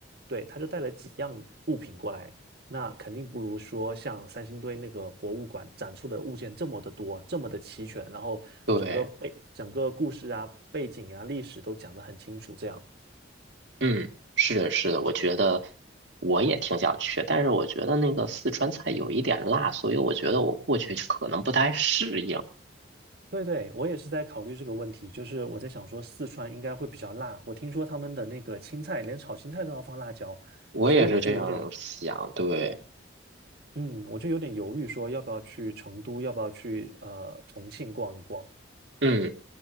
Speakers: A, on the right; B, on the right.
A: 对，他就带了几样物品过来，那肯定不如说像三星堆那个博物馆展出的物件这么的多，这么的齐全，然后整个背整个故事啊、
B: 对，
A: 背景啊、历史都讲得很清楚，这样。
B: 嗯，是的，是的，我觉得我也挺想去，但是我觉得那个四川菜有一点辣，所以我觉得我过去可能不太适应。
A: 对对，我也是在考虑这个问题，就是我在想说四川应该会比较辣，我听说他们的那个青菜，连炒青菜都要放辣椒，
B: 我也是这样想，
A: 所以我就有点，
B: 对，
A: 嗯，我就有点犹豫说要不要去成都，要不要去呃重庆逛一逛。
B: 嗯。